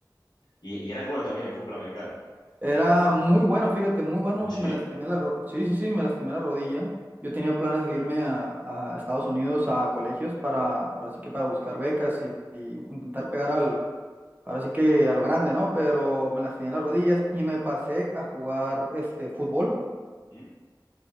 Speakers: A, on the left (about 70°); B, on the right (about 25°).
A: Y, y eras bueno también en fútbol americano.
B: Era muy bueno, fíjate, muy bueno.
A: Ah, sí.
B: Me lastimé la ro- sí, sí, sí, me lastimé la rodilla. Yo tenía planes de irme a, a Estados Unidos a colegios para, ahora sí que para buscar becas y, y intentar pegar al, ahora sí que a lo grande, ¿no? Pero me lastimé las rodillas y me pasé a jugar este fútbol
A: ¿Mm?